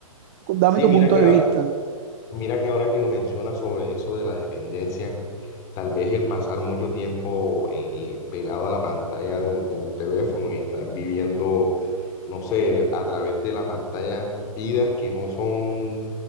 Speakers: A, on the right; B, on the left.
A: Dame
B: Sí,
A: tu
B: mira
A: punto
B: que
A: de
B: ahora,
A: vista.
B: mira que ahora que lo mencionas sobre eso de la dependencia, tal vez el pasar mucho tiempo eh, eh, pegado a la pantalla de un, de un teléfono y estar viviendo, no sé, a través de la pantalla vidas que no son